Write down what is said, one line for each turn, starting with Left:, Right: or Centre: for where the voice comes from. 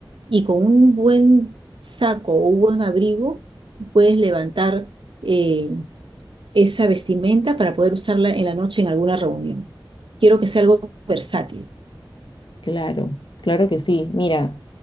Right: y con un buen saco o un buen abrigo puedes levantar eh, esa vestimenta para poder usarla en la noche en alguna reunión. Quiero que sea algo versátil.
Left: Claro, claro que sí. Mira,